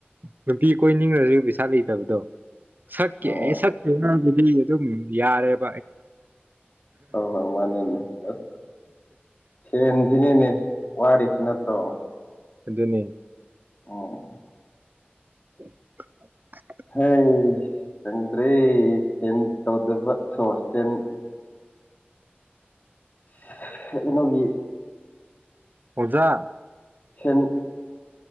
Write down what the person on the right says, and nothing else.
ꯅꯨꯄꯤ ꯀꯣꯏꯅꯤꯡꯉꯁꯨ ꯄꯩꯁꯥ ꯂꯩꯇꯕꯗꯣ ꯁꯛꯀꯤ
ꯑꯌꯦ ꯁꯛꯀꯤ <unintelligible> ꯗꯤ ꯑꯗꯨꯝ ꯌꯥꯔꯦꯞ
ꯑꯗꯨꯅꯦ
<inaudible>
ꯑꯣꯖꯥ